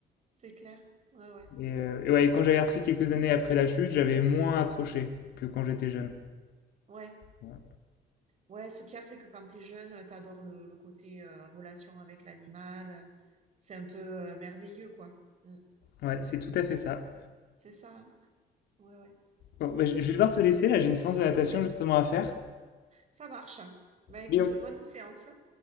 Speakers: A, on the right; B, on the left.
A: C'est clair. Ouais, ouais,
B: et heu et ouais, et quand j'avais repris quelques années après la chute, j'avais moins accroché que quand j'étais jeune.
A: ouais,
B: Ouais.
A: ouais. Ce qu'il y a, c'est que quand t'es jeune, euh, t'adores le, le côté euh, relation avec l'animal. C'est un peu euh, merveilleux, quoi. Mm.
B: Ouais, c'est tout à fait ça.
A: C'est ça, hein. Ouais, ouais.
B: Bon, bah, je je vais devoir te laisser là, j'ai une séance de natation
A: Oui,
B: justement à faire.
A: ça marche. hein. Bah écoute,
B: Mais on
A: bonne séance.